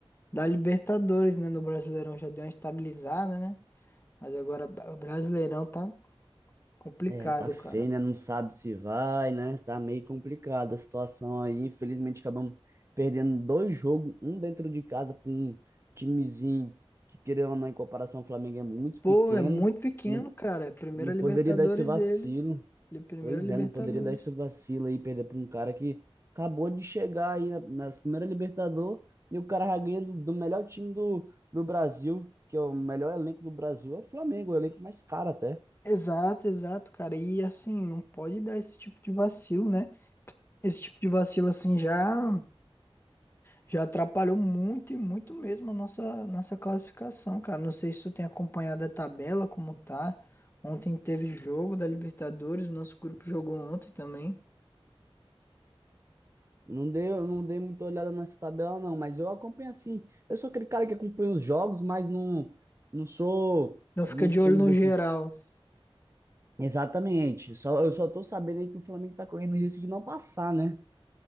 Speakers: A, on the left; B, on the right.
A: da Libertadores, né? No Brasileirão já deu uma estabilizada, né? Mas agora ba- o Brasileirão tá complicado,
B: É, tá feio,
A: cara.
B: né? Não sabe se vai, né? Tá meio complicada a situação aí. Infelizmente, acabamos perdendo dois jogos, um dentro de casa para um timezinho que, querendo ou não, em comparação ao Flamengo, é muito
A: Pô,
B: pequeno.
A: é muito pequeno,
B: Não,
A: cara. É a primeira
B: não poderia
A: Libertadores
B: dar esse vacilo.
A: deles. Ele- Primeira
B: Pois
A: Libertadores.
B: é, não poderia dar esse vacilo aí, perder para um cara que acabou de chegar aí na- nas primeiras Libertadores e o cara já ganha do, do melhor time do, do Brasil, que é o melhor elenco do Brasil, é o Flamengo, o elenco mais caro até.
A: Exato, exato, cara. E assim, não pode dar esse tipo de vacilo, né? Esse tipo de vacilo assim já já atrapalhou muito e muito mesmo a nossa nossa classificação, cara. Não sei se tu tem acompanhado a tabela como tá. Ontem teve jogo da Libertadores, o nosso grupo jogou ontem também.
B: Não dei, eu não dei muita olhada nessa tabela, não, mas eu acompanho assim. Eu sou aquele cara que acompanha os jogos, mas não, não sou
A: Não fica
B: muito
A: de olho
B: entendido
A: no
B: desses.
A: geral.
B: Exatamente, só, eu só tô sabendo aí que o Flamengo tá correndo risco de não passar, né?